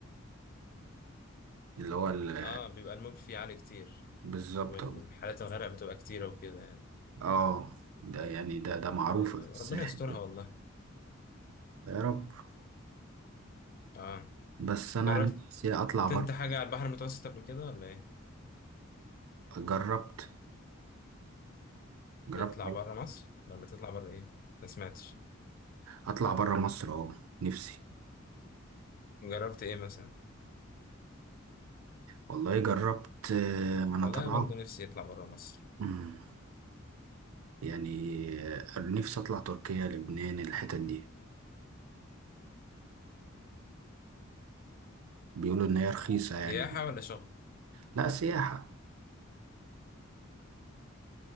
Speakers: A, on the right (about 90°); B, on the left (about 45°).
A: اللي هو ال...
B: اه بيبقى الموج فيه عالي كتير
A: بالظبط
B: والحالات الغرق بتبقى كتيرة وكده يعني
A: اه ده يعني ده ده معروف
B: أيوة
A: في
B: أيوة.
A: الساحل
B: ربنا يسترها
A: كده.
B: والله
A: يا رب
B: آه
A: بس انا
B: جربت
A: نفسي اطلع بره
B: أنت حاجة على البحر المتوسط قبل كده ولا إيه؟
A: جربت جربت
B: تطلع
A: حاجة.
B: برا مصر ولا تطلع برا إيه؟ ما سمعتش
A: اطلع بره مصر اهو نفسي
B: جربت إيه مثلا؟
A: والله جربت آه، ما انا
B: والله
A: طالعه
B: برضو نفسي أطلع برا مصر
A: مم. يعني آه، نفسي اطلع تركيا لبنان الحتت دي بيقولوا ان هي رخيصه
B: سياحة
A: يعني
B: ولا شغل؟
A: لا سياحه